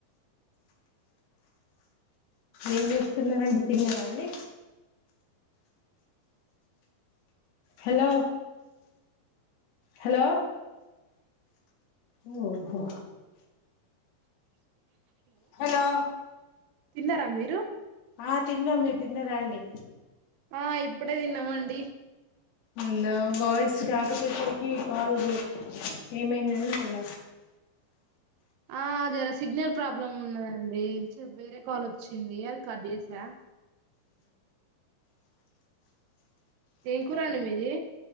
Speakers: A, on the left; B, on the right.
A: ఏం చేస్తున్నారూ అండి తిన్నారా అండి హలో హలో ఓహో హలో
B: తిన్నారా మీరు
A: ఆ తిన్నాం మీరు తిన్నరండి
B: ఆ ఇప్పుడే తిన్నామండి
A: హలో వయిస్ రాకపోయేసరికి కాల్ ఏమైందా అని మల్ల
B: ఆ జర సిగ్నల్ ప్రాబ్లమ్ ఉన్నదండి వేరే కాల్ వచ్చింది అది కట్ చేసా ఏం కురా అండి మీది